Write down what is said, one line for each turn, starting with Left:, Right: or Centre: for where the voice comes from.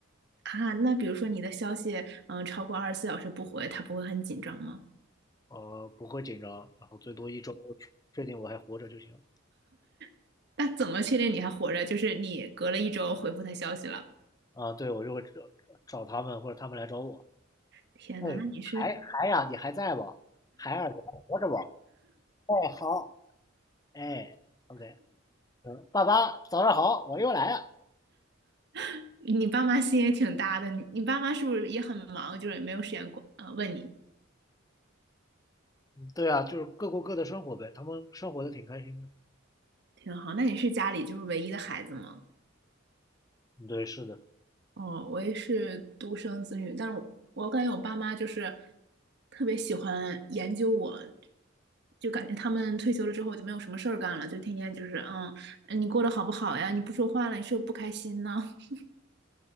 Right: 啊，那比如说你的消息嗯、呃超过二十四小时不回，他不会很紧张吗？
Left: 呃，不会紧张，然后最多一周确定我还活着就行。
Right: <laughs> 那怎么确定你还活着？就是你隔了一周回复他消息了。
Left: 啊，对，我就会找找他们，或者他们来找我。
Right: 天呐，
Left: 哎，
Right: 那你是
Left: 海海呀，你还在不？海尔，你还活着不？哎，好，哎，OK，嗯，爸爸，早上好，我又来了。
Right: <laughs> 你爸妈心也挺大的，你你爸妈是不是也很忙，就是也没有时间管呃问你？
Left: 嗯对啊，就是各过各的生活呗，他们生活的挺开心的。
Right: 挺好，那你是家里就是唯一的孩子吗？
Left: 嗯对，是的，
Right: 哦，我也是独生子女，但是我我感觉我爸妈就是特别喜欢研究我，就感觉他们退休了之后就没有什么事儿干了，就天天就是嗯，呃你过得好不好呀？你不说话了，你是不是不开心呢？<laughs>